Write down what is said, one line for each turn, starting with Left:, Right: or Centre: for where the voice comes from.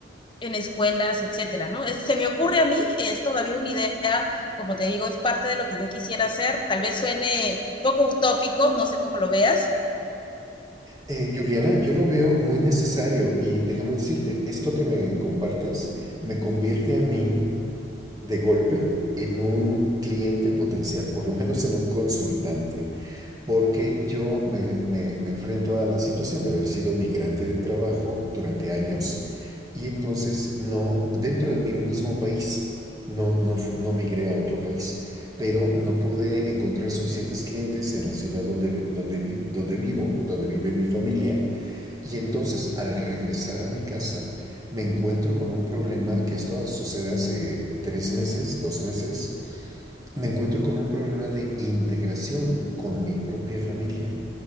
Left: en escuelas, etcétera, ¿no? Es, se me ocurre a mí, es todavía una idea, como te digo, es parte de lo que yo quisiera hacer, tal vez suene un poco utópico, no sé cómo lo veas.
Right: Eh, Juliana, yo lo veo muy necesario y déjame decirte, esto que me compartes me convierte a mí de golpe en un cliente potencial, por lo menos en un consultante. porque yo me, me, me enfrento a la situación de haber sido migrante de trabajo durante años y entonces no, dentro de mi mismo país, no, no, no migré a otro país, pero no pude encontrar suficientes clientes en la ciudad donde, donde, donde vivo, donde vive mi familia, y entonces al regresar a mi casa, me encuentro con un problema, que esto sucede hace tres meses, dos meses, me encuentro con un problema de integración con mi propia familia.